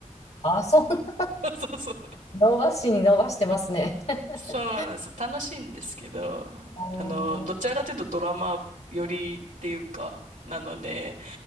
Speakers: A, on the left; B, on the right.
A: あ、そう。
B: <laughs> そうそう。
A: 伸ばしに伸ばしてますね。<laughs>
B: そうなんです。楽しいんですけど、
A: お
B: あの、どちらかというとドラマ寄りっていうか、
A: ー
B: なので、